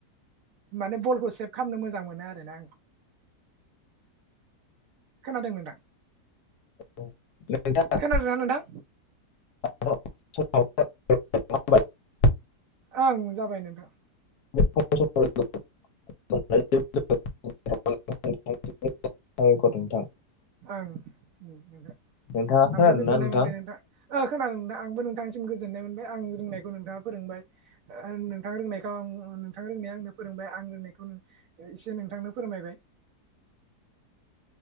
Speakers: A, on the right (about 65°); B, on the left (about 70°).
A: माने बलखौ सेभ खालामनो मोजां मोनो आरो ना आं। खोनादों नोंथां
B: औ। नोंथाङाथ'
A: खोनादोंना नोंथां?
B: <unintelligible>
A: ओं जाबाय नोंथां।
B: <unintelligible> <unintelligible>
A: ओं नोंथां
B: नोंथाङा खोनादोंना
A: आंबो गोजोननाय
B: नोंथां?
A: मोनबाय नोंथां खोनादों नोंथां आं आंबो नोंथांसिम गोजोननाय मोनबाय आं रोंनायखौ नोंथाङा फोरोंबाय नोंथां रोंनायखौ आंनो फोरोंबाय आं रोंनायखौ एसे नोंथांनो फोरमायबाय।
B: <inaudible>